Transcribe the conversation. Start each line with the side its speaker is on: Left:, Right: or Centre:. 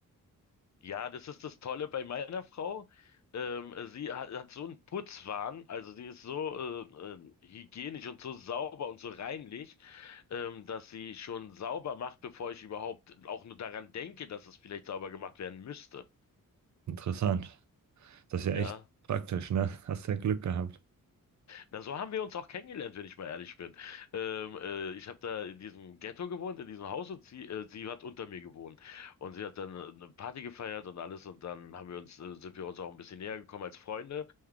Left: Ja, das ist das Tolle bei meiner Frau. Ähm, sie hat, hat so einen Putzwahn, also sie ist so äh, äh, hygienisch und so sauber und so reinlich, ähm, dass sie schon sauber macht, bevor ich überhaupt auch nur daran denke, dass es vielleicht sauber gemacht werden müsste.
Right: Interessant. Das ist ja
Left: Ja,
Right: echt praktisch, ne? Hast ja Glück gehabt.
Left: na so haben wir uns auch kennengelernt, wenn ich mal ehrlich bin. Ähm, äh, ich habe da in diesem Ghetto gewohnt, in diesem Haus und sie, äh, sie hat unter mir gewohnt. Und sie hat dann äh, eine Party gefeiert und alles und dann haben wir uns, äh, sind wir uns auch ein bisschen näher gekommen als Freunde.